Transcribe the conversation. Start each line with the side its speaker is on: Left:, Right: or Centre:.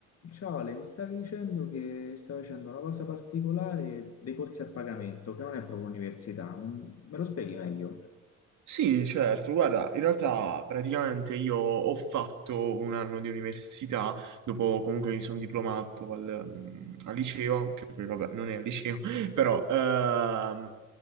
Left: Ciao Ale, mi stavi dicendo che stai facendo una cosa particolare dei corsi a pagamento, che non è proprio università. Me lo spieghi meglio?
Right: Sì, certo, guarda, in realtà praticamente io ho fatto un anno di università, dopo comunque mi sono diplomato al, mm, al liceo, che poi vabbè non è al liceo, <laughs> però ehm,